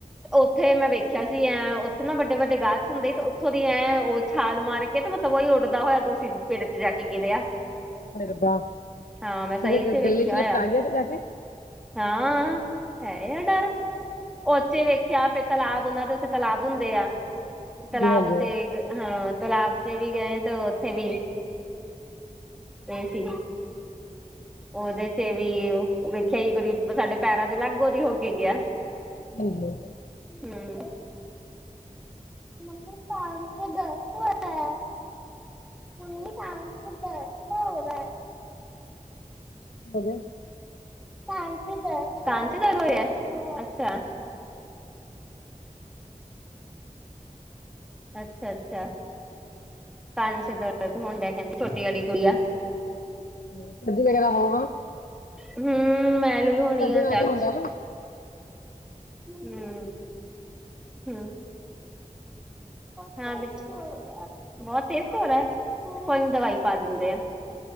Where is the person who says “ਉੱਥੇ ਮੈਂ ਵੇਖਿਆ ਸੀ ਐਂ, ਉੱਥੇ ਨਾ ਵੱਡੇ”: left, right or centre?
Centre